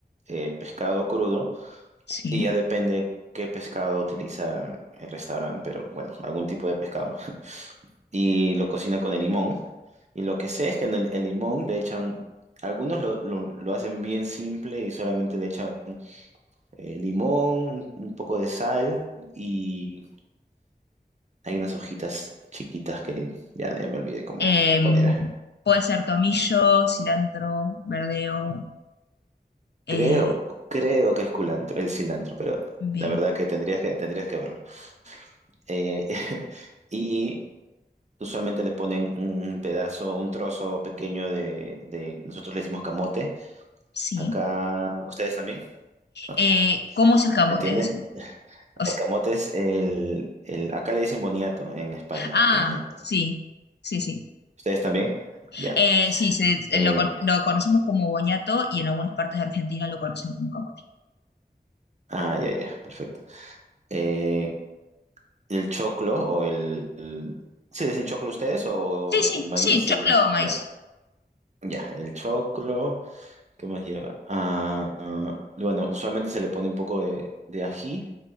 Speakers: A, on the right (about 45°); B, on the left (about 85°).
A: eh, pescado crudo
B: Sí.
A: Y ya depende qué pescado utiliza el restaurante, pero bueno, algún tipo de pescado. <laughs> Y lo cocinan con el limón. Y lo que sé es que en el, el limón le echan, algunos lo, lo- lo hacen bien simple y solamente le echan eh, limón, un poco de sal y hay unas hojitas chiquitas que ya me olvidé cómo,
B: Em,
A: cuál era.
B: puede ser tomillo, cilantro, verdeo. eh,
A: Creo, creo que es culantro, el cilantro, pero
B: bien,
A: la verdad que tendrías que, tendrías que verlo. Eh, <laughs> y Usualmente le ponen un pedazo, un trozo pequeño de, de- nosotros le decimos camote.
B: sí.
A: Acá, ¿ustedes también? Ok.
B: Eh, ¿cómo es el camote
A: ¿Entiendes?
B: así? O s-
A: El camote es el, el- acá le dicen boniato en España,
B: ah,
A: boniato.
B: sí, sí, sí.
A: ¿Ustedes también? Ya.
B: Eh, sí, se, eh,
A: Eh,
B: lo, con- lo conocemos como boñato y en algunas partes de Argentina lo conocen como camote.
A: ah, ya, ya, perfecto. Eh, el choclo o el, el- ¿se dicen choclo ustedes o
B: Sí, sí,
A: el maíz?
B: sí, choclo
A: El-
B: o maíz.
A: ya, ya, el choclo, ¿qué más lleva? Ah, ah, bueno, usualmente se le pone un poco de, de ají